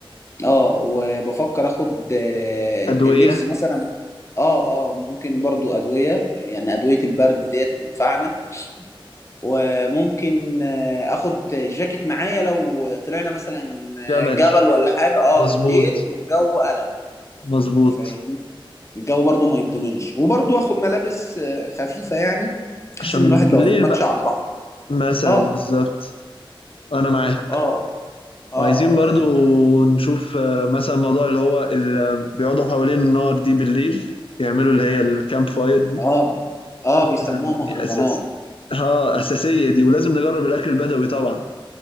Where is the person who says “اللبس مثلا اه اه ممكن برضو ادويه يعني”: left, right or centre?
Left